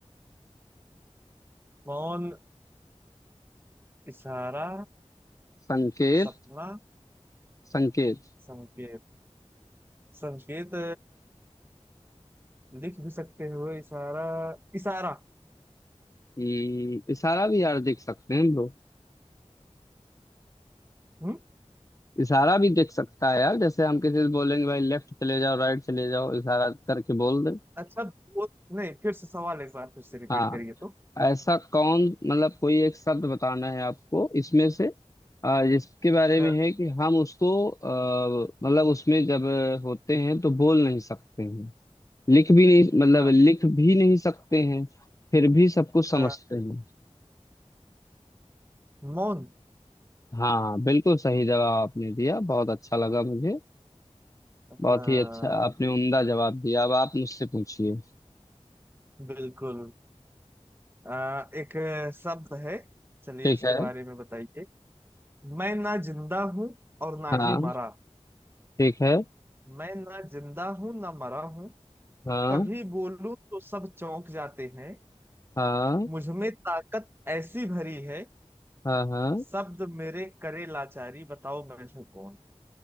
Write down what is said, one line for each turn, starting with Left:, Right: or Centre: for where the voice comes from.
Right: मौन इशारा
Left: संकेत
Right: सपना
Left: संकेत
Right: संकेत संकेत लिख भी सकते हो इशारा इशारा
Left: हम्म, इशारा भी यार देख सकते हैं हम लोग
Right: हम्म
Left: इशारा भी देख सकता है यार जैसे हम किसी से बोलेंगे भाई लेफ्ट चले जाओ राइट चले जाओ इशारा करके बोल दे
Right: अच्छा वो नहीं फिर से सवाल एक बार फिर से रिपीट
Left: हाँ
Right: करिए तो
Left: ऐसा कौन मतलब कोई एक शब्द बताना है आपको इसमें से अ, जिसके बारे
Right: हाँ
Left: में है कि हम उसको अ, मतलब उसमें जब होते हैं तो बोल नहीं सकते हैं लिख भी नहीं मतलब
Right: हाँ
Left: लिख भी नहीं सकते हैं फिर भी सब कुछ समझते
Right: हाँ
Left: हैं
Right: मौन
Left: हाँ बिल्कुल सही जवाब आपने दिया बहुत अच्छा लगा मुझे
Right: हाँ
Left: बहुत ही अच्छा आपने उम्दा जवाब दिया अब आप मुझसे पूछिए
Right: बिल्कुल आ, एक शब्द है चलिए
Left: ठीक
Right: उसके
Left: है
Right: बारे में बताइए मैं ना जिंदा हूँ और ना
Left: हाँ
Right: ही मरा
Left: ठीक है
Right: मैं ना जिंदा हूँ ना मरा हूँ
Left: हाँ
Right: कभी बोलूं तो सब चौंक जाते हैं
Left: हाँ
Right: मुझ में ताकत ऐसी भरी है
Left: हाँ हाँ
Right: शब्द मेरे करे लाचारी बताओ मैं हूँ कौन